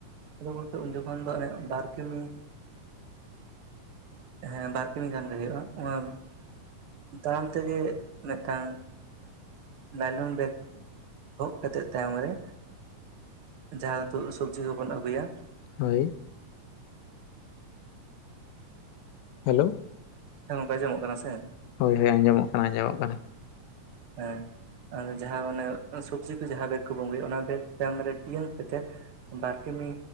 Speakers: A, on the right; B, on the left.
A: ᱟᱫᱚ ᱜᱚᱠᱮ ᱩᱱ ᱡᱚᱠᱷᱚᱱ ᱫᱚ ᱚᱱᱮ ᱵᱟᱨ ᱠᱤᱢᱤ ᱦᱮᱸ ᱵᱟᱨ ᱠᱤᱢᱤ ᱜᱟᱱ ᱦᱩᱭᱩᱜ-ᱟ, ᱚᱱᱟ ᱛᱟᱲᱟᱢ ᱛᱮᱜᱮ ᱢᱮᱫᱛᱟᱝ ᱞᱟᱞᱚᱱ ᱵᱮᱜᱽ ᱜᱚᱜ ᱠᱟᱛᱮᱫ ᱛᱟᱭᱚᱢ ᱨᱮ ᱡᱟᱦᱟᱸ ᱦᱤᱛᱚᱜ ᱥᱚᱵᱡᱤ ᱠᱚᱵᱚᱱ ᱟᱹᱜᱩᱭᱟ
B: ᱦᱳᱭ ᱦᱮᱞᱳ
A: ᱦᱮᱸ ᱜᱚᱝᱠᱮ ᱟᱧᱡᱚᱢᱚᱜ ᱠᱟᱱᱟ ᱥᱮ?
B: ᱦᱳᱭ ᱦᱳᱭ ᱟᱸᱡᱚᱢᱚᱜ ᱠᱟᱱᱟ ᱟᱸᱡᱚᱢᱚᱜ ᱠᱟᱱᱟ᱾
A: ᱦᱮᱸ ᱡᱟᱦᱟᱸ ᱚᱱᱮ ᱥᱚᱵᱡᱤ ᱠᱚ ᱡᱟᱦᱟᱸ ᱵᱮᱜᱽ ᱠᱚ ᱵᱸᱜᱩᱭᱟ ᱚᱱᱟ ᱵᱮᱜᱽ ᱛᱟᱭᱚᱢ ᱨᱮ ᱴᱤᱭᱟᱹᱝ ᱠᱟᱛᱮ ᱵᱟᱨ ᱠᱤᱢᱤ